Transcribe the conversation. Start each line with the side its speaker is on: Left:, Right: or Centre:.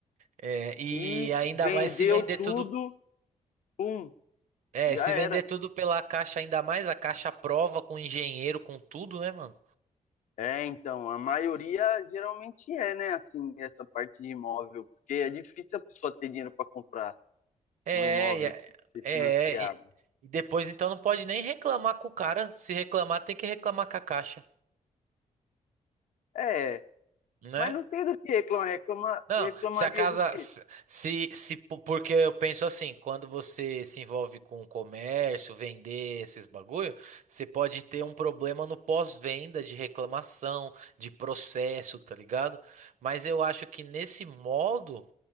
Right: É, e
Left: E
Right: ainda
Left: vendeu
Right: mais se vender
Left: tudo,
Right: tudo,
Left: pum,
Right: é,
Left: já
Right: se
Left: era.
Right: vender tudo pela caixa, ainda mais a caixa à prova com engenheiro, com tudo, né, mano?
Left: É, então, a maioria geralmente é, né, assim, essa parte de imóvel, porque é difícil a pessoa ter dinheiro para comprar
Right: É,
Left: um imóvel
Right: e- é,
Left: ser
Right: é,
Left: financiado.
Right: e e depois então não pode nem reclamar com o cara. Se reclamar, tem que reclamar com a caixa,
Left: É,
Right: né?
Left: Mas não tem do que reclamar. Reclama,
Right: Não,
Left: reclamaria
Right: se a casa,
Left: do quê?
Right: se, se, se- po- porque eu penso assim, quando você se envolve com o comércio, vender esses bagulho, você pode ter um problema no pós-venda de reclamação, de processo, tá ligado? Mas eu acho que nesse modo